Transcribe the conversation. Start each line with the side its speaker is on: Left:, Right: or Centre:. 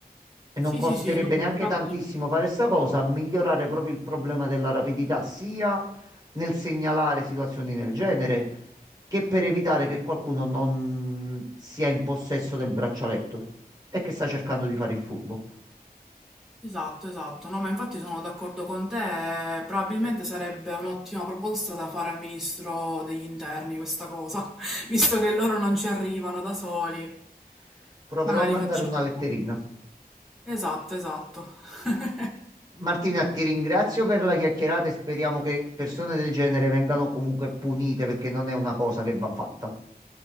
Right: e non
Centre: Sì,
Right: costerebbe
Centre: sì, sì, no,
Right: neanche
Centre: ma infatti...
Right: tantissimo fare sta cosa, migliorare proprio il problema della rapidità, sia nel segnalare situazioni del genere, che per evitare che qualcuno non sia in possesso del braccialetto e che sta cercando di fare il furbo.
Centre: Esatto, esatto. No, ma infatti sono d'accordo con te. eh, Probabilmente sarebbe un'ottima proposta da fare al ministro degli interni questa cosa, <laughs> visto che loro non ci arrivano da soli.
Right: Proverò
Centre: Magari
Right: a mandare
Centre: facciamo...
Right: una letterina.
Centre: Esatto, esatto. <laughs>
Right: Martina, ti ringrazio per la chiacchierata e speriamo che persone del genere vengano comunque punite perché non è una cosa che va fatta.